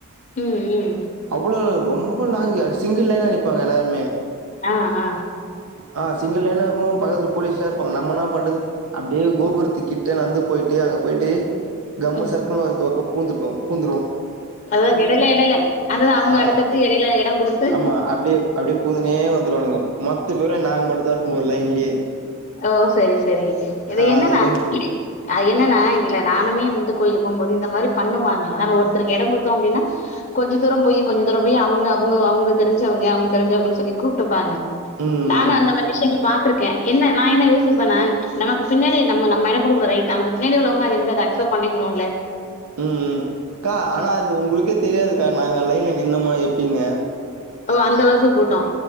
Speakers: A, on the left; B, on the right.
A: ம் ம்
B: அவ்ளோ ரொம்ப லாங்கு சிங்கிள் லைன்ல நிப்பாங்க எல்லாருமே
A: ஆ ஆ
B: ஆ சிங்கள் லைனா இருக்கு பக்கத்துல போலீஸ்லா இருப்பாங்க நம்மனா பண்றது அப்டியே கோபுரத்து கிட்ட நடந்து போயிட்டு அங்க போயிட்டு கம்மு
A: ம்.
B: சர்க்னு ஒரு பக்கோ பூந்துட்டோ பூந்துறுவோ
A: அதுதா எடைல எடையில அதுதா அவுங்க
B: ஆ
A: அடுத்தடுத்து எடைல எடோ குடுத்து
B: ஆமா அப்டியே அப்டியே பூந்துனே வந்துருவானுங்க மொத்த பேரு நாங்க மட்டு தா இருப்போ ஒரு லைன்லயே
A: ஓ செரி செரி இது
B: ஆ
A: என்னன்னா
B: அந்த மாரி
A: அ என்னன்னா இல்ல நானுமே இந்த கோயிலுக்கு போகும்போது இந்த மாரி பண்ணுவாங்க நம்ம ஒருத்தருக்கு எடோ குடுத்தோ அப்டின்னா கொஞ்ச தூரம் போயி கொஞ்ச தூரம் போயி அவுங்க அவுங்க அவுங்களுக்கு தெரிஞ்சவங்க அவுங்க தெரிஞ்சவங்கன்னு சொல்லி கூப்ட்டுப்பாங்க
B: ம், ம்,
A: நானு அந்த மாரி விஷயங்கள் பாத்திருக்கே என்ன நா என்ன யோசிப்பனா நமக்கு பின்னடி நம்ம நம்ம எடோ குடுக்குறோ ரைட் நமக்கு பின்னாடி உள்ளவங்க அதே மாரி அத அக்செப்ட் பண்ணிக்கணும்ல
B: ம் ம் அக்கா ஆனா அது உங்களுக்கே தெரியாதுக்கா நாங்க லைன்ல நின்னோமா எப்டின்னு
A: ஓ அந்த அளவுக்கு கூட்டோ